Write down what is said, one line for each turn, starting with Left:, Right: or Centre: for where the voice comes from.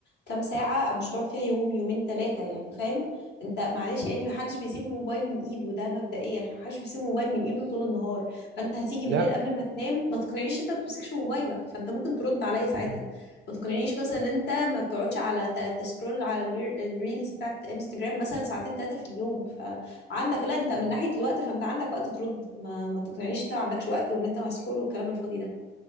Left: كام ساعه أو مش هتقعد فيها يوم يومين ثلاثه يعني فاهم انت معلش يعني محدش بيسيب الموبايل من ايده ده مبدئيا محدش بيسيب الموبايل من ايده طول النهار فانت هتيجي بالليل
Right: لا
Left: قبل ما تنام ما تقنعنيش انت ما بتمسكش موبايلك فانت ممكن ترد عليا ساعتها
Right: م-
Left: ما تقنعنيش مثلا ان انت ما بتقعدش على ت- تسكرول على الير- الريلز بتاعت انستجرام مثلا ساعتين ثلاثه في اليوم عندك لا انت من
Right: م.
Left: ناحية الوقت فانت عندك وقت ترد ما, ما تقنعنيش انت ما عندكش وقت وان انت مسحول والكلام الفاضي ده